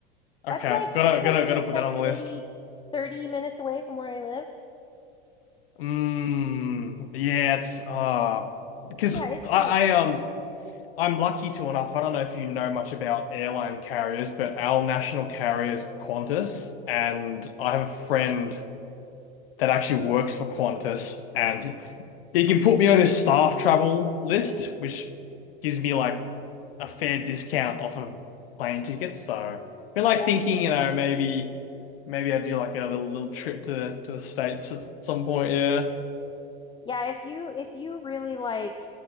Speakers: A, on the left; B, on the left.
A: That's
B: Okay,
A: like
B: gotta,
A: that's
B: gotta,
A: like just
B: gotta put
A: like
B: that on the list.
A: maybe 30 minutes away from where I live.
B: Mm, yeah, it's uh, because
A: Yeah, it's close.
B: I, I um, I'm lucky to enough. I don't know if you know much about airline carriers, but our national carrier is Qantas, and I have a friend that actually works for Qantas, and he can put me on his staff travel list, which gives me like a fair discount off of plane tickets. So, I've been
A: Yeah,
B: like
A: that's
B: thinking,
A: good.
B: you know, maybe maybe I do like a little little trip to to the States at some point. Yeah.
A: Yeah, if you if you really like